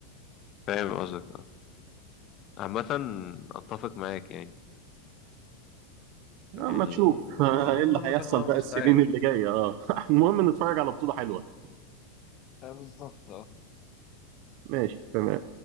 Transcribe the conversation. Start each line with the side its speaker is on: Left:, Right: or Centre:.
Left: فاهم قصدك اه عامه اتفق معاك يعني
Right: اما
Left: يعني
Right: نشوف <laughs> ايه
Left: الله
Right: اللي هيحصل
Left: مثلا الله المستعان
Right: بقى السنين اللي جايه اه <laughs> المهم نتفرج على بطوله حلوه
Left: آه، بالظبط
Right: ماشي تمام